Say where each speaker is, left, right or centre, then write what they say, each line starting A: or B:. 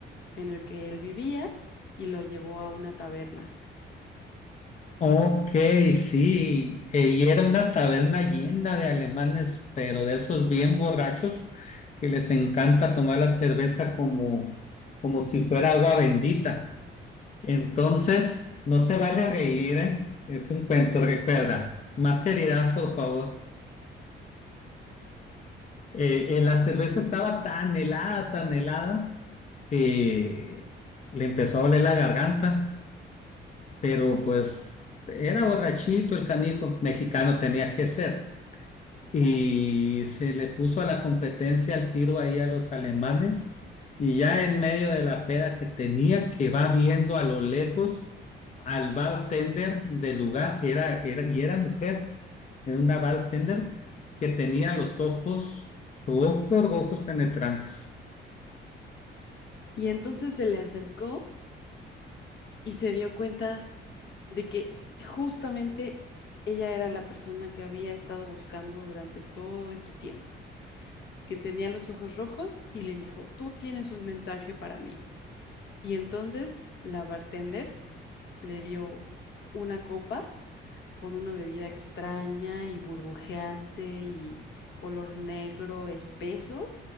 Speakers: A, on the left; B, on the left.
A: en el que él vivía y lo llevó a una taberna.
B: Ok, sí. eh, Y era una taberna llena de alemanes, pero de esos bien borrachos que les encanta tomar la cerveza como, como si fuera agua bendita. Entonces, no se vale reír, ¿eh? Es un cuento,
A: Ok.
B: recuerda. Más seriedad, por favor. Eh, eh, la cerveza estaba tan helada, tan helada, que le empezó a doler la garganta, pero pues era borrachito el canijo, mexicano tenía que ser. y se le puso a la competencia el tiro ahí a los alemanes y ya en medio de la peda que tenía que va viendo a lo lejos al bartender del lugar era, era y era mujer era una bartender que tenía los ojos rojos rojos penetrantes
A: Y entonces se le acercó y se dio cuenta de que justamente ella era la persona que había estado buscando durante todo ese tiempo, que tenía los ojos rojos y le dijo, tú tienes un mensaje para mí. Y entonces la bartender le dio una copa con una bebida extraña y burbujeante y color negro espeso